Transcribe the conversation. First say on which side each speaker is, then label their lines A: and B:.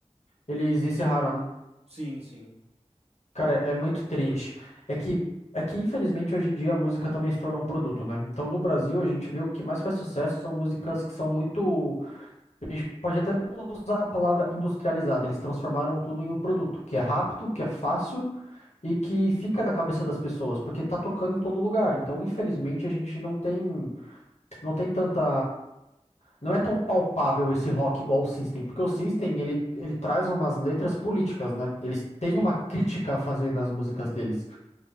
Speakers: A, on the left (about 75°); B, on the right (about 60°).
A: Eles encerraram, né?
B: Sim, sim.
A: Cara, é muito triste. É que, é que, infelizmente, hoje em dia a música também se tornou um produto, né? Então, no Brasil, a gente vê o que mais faz sucesso são músicas que são muito. Pode até usar a palavra industrializada. Eles transformaram tudo em um produto, que é rápido, que é fácil e que fica na cabeça das pessoas, porque tá tocando em todo lugar. Então, infelizmente,
B: Uhum,
A: a gente não tem, não tem tanta. Não é tão palpável esse rock igual o System, porque o System, ele, ele traz umas letras políticas, né? Eles têm
B: sim.
A: uma crítica a fazer nas músicas deles.